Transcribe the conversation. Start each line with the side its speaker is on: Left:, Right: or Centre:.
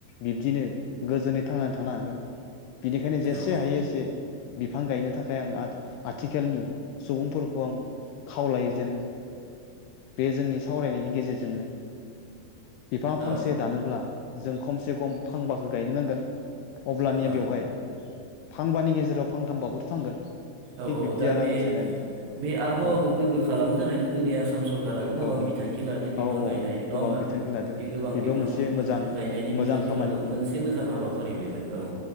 Left: बिब्दिनो गोजोनै थांनानै थानो हागोन बिनिखायनो जेसे
Right: औ
Left: हायो एसे बिफां गायनो थाखाय आं आथिखालनि सुबुंफोरखौ आं खावलायो जेन बे जोंनि सावरायनायनि गेजेरजोंनो। बिफां फांसे
Right: औ
Left: दानोब्ला जों खमसे खम फांबाखो गायनो नांगोन अब्लानिया
Right: औ
Left: बेवहाय फांबानि गेजेराव फांथामबाबोथ' थांगोन।
Right: औ
Left: थिग
Right: औ
Left: बिब्दि
Right: दा
Left: आरो
Right: बे
Left: आंनि साननाया नोंथां
Right: बे आबहावाखौ
Left: औ
Right: गोगो खालामनो थाखायथ' दिनै आसाम सरकाराबो गोबां
Left: औ औ
Right: बिथांखि लादों बिफां
Left: औ औ
Right: गायनाय
Left: औ गोबां
Right: नङा होमबा।
Left: बिथांखि लादो
Right: गोबां
Left: बेबो
Right: बिफां
Left: मोनसे मोजां
Right: गायनायनि
Left: मोजां
Right: बिथांखि
Left: खामानि
Right: लादों मोनसे मोजां हाबाफारि बेबो औ